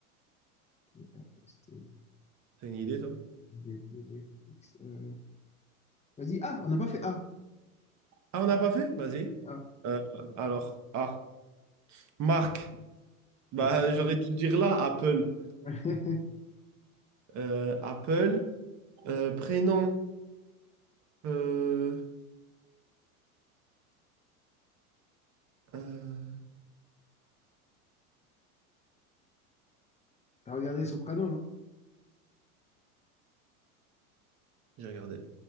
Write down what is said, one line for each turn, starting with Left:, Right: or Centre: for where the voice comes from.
Left: Euh, c'était
Right: t'as une idée, toi?
Left: V, W, X, euh, Vas-y, A, on n'a pas fait A.
Right: Ah, on n'a pas fait? Vas-y.
Left: Ah,
Right: Euh, alors, ah, Marc. Bah,
Left: ouais.
Right: j'aurais dû dire là, Apple.
Left: <laughs>
Right: Euh, Apple, euh, prénom. Euh, euh,
Left: T'as regardé Soprano, non?
Right: j'ai regardé.